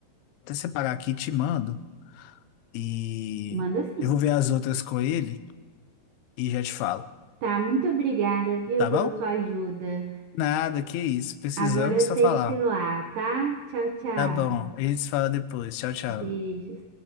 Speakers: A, on the left; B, on the right.
A: até separar aqui e te mando. E
B: Manda sim.
A: eu vou ver as outras com ele e já te falo,
B: Tá, muito obrigada, viu,
A: tá
B: pela
A: bom?
B: sua ajuda.
A: Nada, que isso. Precisando,
B: Agora eu
A: é só
B: tenho
A: falar.
B: que ir lá, tá? Tchau, tchau.
A: Tá bom, a gente se fala depois. Tchau, tchau.
B: Beijos.